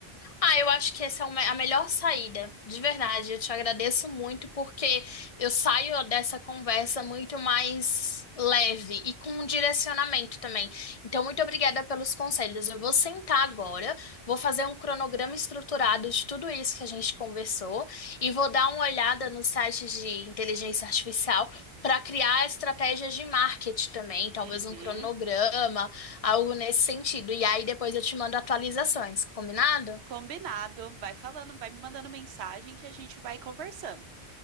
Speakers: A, on the left; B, on the right.
A: Ah, eu acho que essa é uma- a melhor saída, de verdade. Eu te agradeço muito porque eu saio dessa conversa muito mais leve e com um direcionamento também. Então, muito obrigada pelos conselhos. Eu vou sentar agora, vou fazer um cronograma estruturado de tudo isso que a gente conversou e vou dar uma olhada nos sites de inteligência artificial para criar estratégias de marketing também, talvez
B: Uhum,
A: um cronograma, algo nesse sentido. E aí depois eu te mando atualizações, combinado?
B: combinado. Vai falando, vai me mandando mensagem que a gente vai conversando.